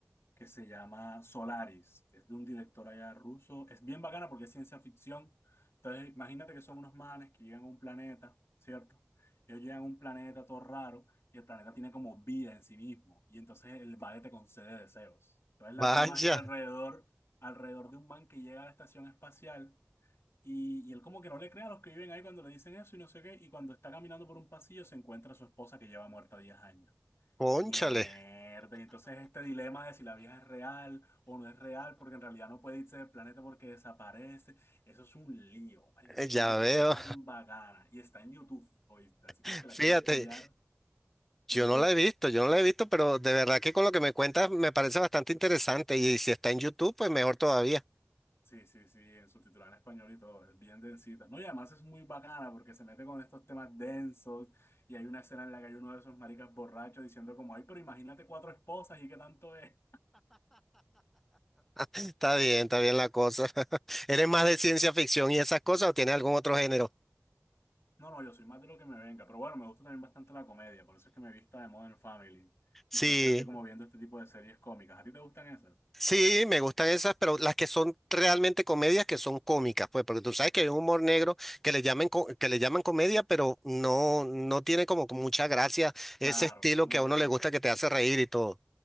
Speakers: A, on the left; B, in the centre.
A: que se llama Solaris, que es de un director allá ruso. Es bien bacana porque es ciencia ficción. Entonces, imagínate que son unos manes que llegan a un planeta, ¿cierto? Ellos llegan a un planeta todo raro y el planeta tiene como vida en sí mismo. Y entonces el vale te concede deseos. Entonces la
B: Vaya,
A: trama gira alrededor, alrededor de un man que llega a la estación espacial y, y él como que no le cree a los que viven ahí cuando le dicen eso y no sé qué. Y cuando está caminando por un pasillo se encuentra a su esposa que lleva muerta 10 años.
B: cónchale,
A: Mierda, y entonces este dilema de si la vieja es real o no es real, porque en realidad no puede irse del planeta porque desaparece, eso es un lío, marica, eso
B: eh,
A: es
B: ya
A: un lío, pero
B: veo.
A: es bien bacana y está en YouTube, ¿oíste? Así
B: <laughs>
A: que si te
B: Fíjate,
A: la quieres pillar
B: yo
A: de una.
B: no la he visto, yo no la he visto, pero de verdad que con lo que me cuentas me parece bastante interesante y si está en YouTube, pues mejor todavía.
A: Sí, sí, sí, en subtitular en español y todo, es bien densita. No, y además es muy bacana porque se mete con estos temas densos y hay una escena en la que hay uno de esos maricas borrachos diciendo como, ay, pero imagínate cuatro esposas y qué tanto es.
B: <laughs> Está bien, está bien la cosa. <laughs> ¿Eres más de ciencia ficción y esas cosas o tienes algún otro género?
A: No, no, yo soy más de lo que me venga, pero bueno, me gusta también bastante la comedia, por eso es que me vista de Modern Family
B: Sí.
A: y siempre estoy como viendo este tipo de series cómicas. ¿A ti te gustan esas?
B: Sí, me gustan esas, pero las que son realmente comedias que son cómicas, pues, porque tú sabes que hay un humor negro que le llaman co- que le llaman comedia, pero no no tiene como que mucha gracia ese
A: Claro.
B: estilo
A: ujú.
B: que a uno le gusta que te hace reír y todo.